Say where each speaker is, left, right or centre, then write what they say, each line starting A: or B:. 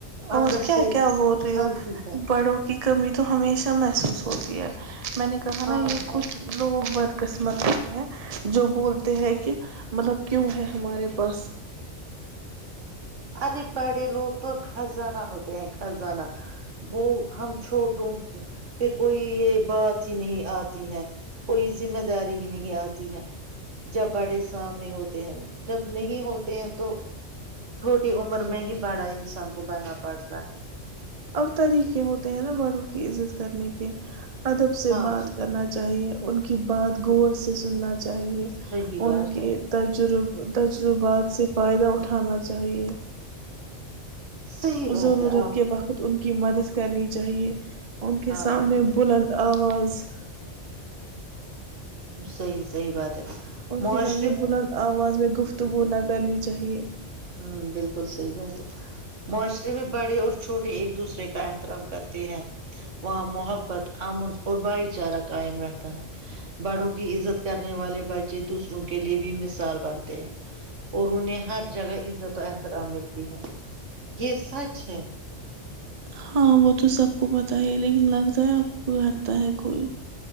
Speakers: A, on the right (about 35°); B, on the right (about 75°).
A: اور
B: اندر
A: کیا
B: سے
A: کیا بول رہی
B: ہلتی
A: ہو
B: ہے
A: بڑوں کی کمی تو ہمیشہ محسوس ہوتی ہے میں نے کہا نا
B: ہاں
A: یہ کچھ لوگ بدقسمت ہوتے ہیں جو بولتے ہیں کہ مطلب کیوں ہے ہمارے پاس
B: ارے بڑے لوگ تو خزانہ ہوتے ہیں خزانہ وہ ہم چھوٹوں پہ کوئی یہ بات ہی نہیں آتی ہے کوئی ذمہ داری ہی نہیں آتی ہے جب بڑے سامنے ہوتے ہیں جب نہیں ہوتے ہیں تو چھوٹی عمر میں ہی بڑا انسان کو بنا پڑتا ہے
A: اب طریقے ہوتے ہیں نا بڑوں کی عزت کرنے کے ادب سے
B: ہاں
A: بات
B: بالکل
A: کرنا چاہیے ان کی بات ور سے سننا چاہیے
B: صحیح بات
A: ان کے
B: ہے
A: تجربے تجربات سے فائدہ اٹھانا چاہیے
B: صحیح بات
A: ضرورت
B: ہے آپ
A: کے وقت ان کی مدد کرنی چاہیے ان کے
B: ہاں
A: سامنے
B: بالکل
A: بلند آواز
B: صحی صحیح بات ہے
A: ان
B: معاشرے
A: کے سامنے بلند آواز اس میں گفتگو نہ کرنی چاہیے
B: ہ بالکل صحیح بات ہے معاشرے میں بڑے اور چھوٹے ایک دوسرے کا احترام کرتے ہیں وہاں محبت امن اور بھائی چارہ قائم رہتا ہے بڑوں کی عزت کرنے والے بچے دوسروں کے لیے بھی مثال بنتے ہیں اور انہیں ہر جگہ عزت و احترام ملتی ہے یہ سچ ہے
A: ہاں وہ تو سب کو بتا تا ہی لیکن لگتا ہے اب کو آتا ہے کوئی